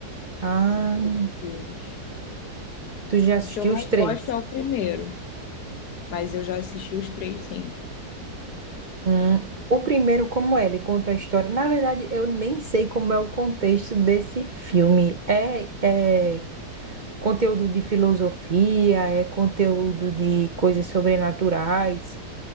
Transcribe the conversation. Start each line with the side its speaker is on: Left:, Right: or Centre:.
Right: Ah,
Left: são três filmes.
Right: tu já assistiu
Left: O que eu mais
Right: os três?
Left: gosto é o primeiro, mas eu já assisti os três, sim.
Right: Hum, o primeiro, como é? Ele conta a história. Na verdade, eu nem sei como é o contexto desse filme. É, é conteúdo de filosofia, é conteúdo de coisas sobrenaturais.